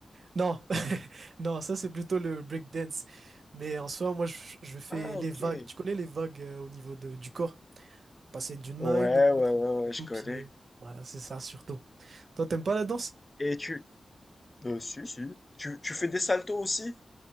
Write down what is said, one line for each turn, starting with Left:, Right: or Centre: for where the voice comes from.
Right: Non, <laughs> non, ça c'est plutôt le breakdance. Mais en soi, moi, je, je fais
Left: Ah,
Right: les
Left: ok.
Right: vagues.
Left: Ouais,
Right: Tu connais les vagues euh, au niveau de- du corps? Passer d'une
Left: ouais,
Right: main à une autre,
Left: ouais, ouais,
Right: de la tête
Left: je
Right: aux
Left: connais.
Right: pieds. Voilà, c'est ça surtout. Toi, t'aimes pas la danse?
Left: Et tu... Euh, si, si. Tu, tu fais des saltos aussi?